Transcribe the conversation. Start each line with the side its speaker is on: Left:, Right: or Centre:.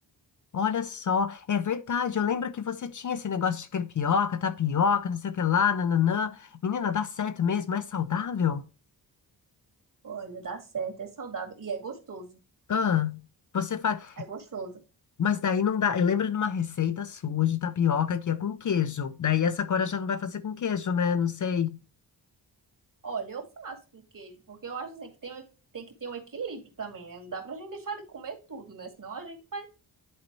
Left: Olha só, é verdade. Eu lembro que você tinha esse negócio de crepioca, tapioca, não sei o que lá, nananã. Menina, dá certo mesmo? É saudável?
Right: Olha, dá certo, é saudável e é gostoso.
Left: Ah, você faz.
Right: É gostoso.
Left: Mas daí não dá. Eu lembro de uma receita sua de tapioca que é com queijo. Daí essa agora já não vai fazer com queijo, né? Não sei.
Right: Olha, eu faço com queijo, porque eu acho assim que tem, um- tem que ter um equilíbrio também, né? Não dá pra gente deixar de comer tudo, né? Senão a gente vai.